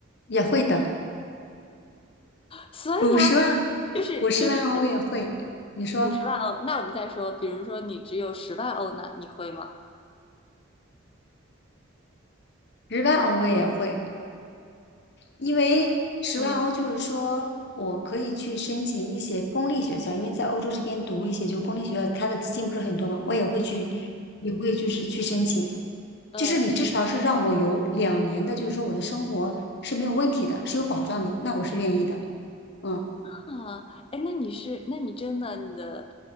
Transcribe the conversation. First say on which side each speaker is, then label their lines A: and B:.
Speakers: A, on the left; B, on the left.
A: 也会的，
B: 所以啊，
A: 五十万，
B: 就是就是
A: 五十万欧我也会。你说
B: 五十万欧，那我们再说，比如说你只有十万欧呢，你会吗？
A: 十万欧我也会，因为十万欧就是说我可以去申请一些公立学校，
B: 嗯，
A: 因为在欧洲这边读一些就公立学校，它的资金不是很多嘛，我也会去，也会就是去申请。
B: 呃，
A: 就是你至少是让我有两年的，就是说我的生活是没有问题的，是有保障的，那我是愿意的。嗯
B: 啊，哎，那你是，那你真的，你的